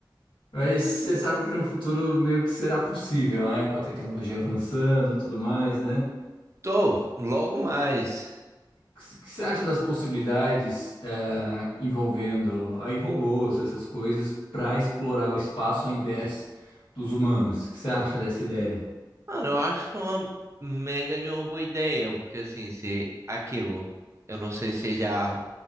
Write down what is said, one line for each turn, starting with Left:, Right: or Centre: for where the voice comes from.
Left: Mas você sabe que no futuro meio que será possível, né? Com a tecnologia avançando, e tudo mais, né?
Right: Tô, logo mais.
Left: O que c- que você acha das possibilidades ah, envolvendo aí robôs, essas coisas, para explorar o espaço ao invés dos humanos? O que você acha dessa ideia?
Right: Mano, eu acho uma mega de uma boa ideia, porque assim, se aquilo, eu não sei se você já